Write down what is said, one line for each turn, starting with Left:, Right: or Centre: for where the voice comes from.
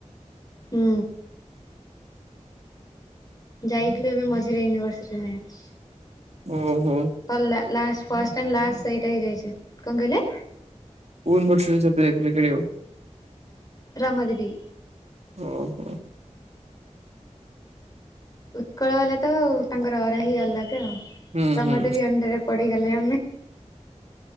Left: ହୁଁ ଯାଇଥିଲୁ ଏବେ ମଝିରେ ୟୁନିଭର୍ସିଟି ମ୍ୟାଚ୍।
Right: ଓ ହୋ
Left: ସରିଲା ଲାଷ୍ଟ ଫାର୍ଷ୍ଟ ଆଣ୍ଡ ଲାଷ୍ଟ ସେଇଟା ହିଁ ଯାଇଛେ। କଣ କହିଲେ?
Right: କୋଉ ୟୁନିଭରସିଟି ସହିତ ଯାଇଥିଲେ ଖେଳିବାକୁ?
Left: ରମାଦେବୀ
Right: ଓ ହୋ।
Left: ଉତ୍କଳ ବାଲା ତ ତାଙ୍କର ଅରା ହିଁ ଅଲଗା ଆଉ
Right: ହୁଁ
Left: ରମାଦେବୀ
Right: ହୁଁ
Left: ଅଣ୍ଡରେ ପଡ଼ିଗଲେ